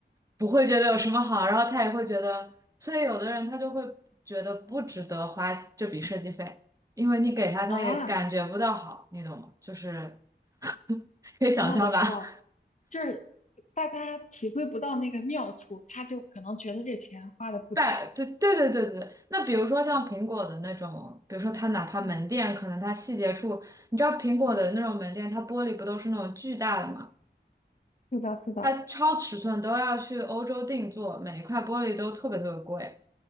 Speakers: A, on the right; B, on the left.
A: 不会觉得有什么好，然后他也会觉得，所以有的人他就会觉得不值得花这笔设计费，因为你给他，他也感觉不到好，
B: 啊
A: 你懂吗？就是。<laughs> 可以想象吧？
B: 啊，我知道了就是大家体会不到那个妙处，他就可能觉得这钱花的不值，
A: <laughs> 百，对对对对对，那比如说像苹果的那种，
B: 对吧？
A: 比如说它哪怕门店，
B: 嗯
A: 可能它细节处，你知道苹果的那种门店，
B: 嗯，
A: 它玻璃不都是那种巨大的嘛？
B: 是的，是的，
A: 它超尺寸都要去欧洲定做，每一块玻璃都特别特别贵。